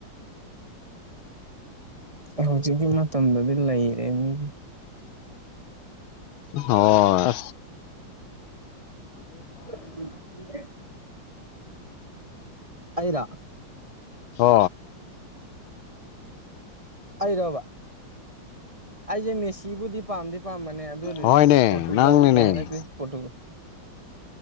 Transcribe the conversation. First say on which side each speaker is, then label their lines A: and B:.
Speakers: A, on the right (about 25°); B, on the left (about 85°).
A: ꯍꯧꯖꯤꯛꯀꯤ ꯃꯇꯝꯗꯗꯤ ꯂꯩꯔꯦ ꯃꯤ
B: ꯍꯣꯏ
A: <unintelligible> ꯑꯩꯔꯥ
B: ꯍꯣ
A: ꯑꯩꯔꯣꯕ ꯑꯩꯁꯦ ꯃꯦꯁꯤꯕꯨꯗꯤ ꯄꯥꯝꯗꯤ ꯄꯥꯝꯕꯅꯦ ꯑꯗꯨ ꯑꯣꯏꯔꯁꯨ
B: ꯍꯣꯏꯅꯦ
A: ꯄꯣꯔꯇꯨꯒꯜꯗ
B: ꯅꯪꯅꯤꯅꯦ
A: ꯍꯟꯗꯛꯇꯤꯇꯨ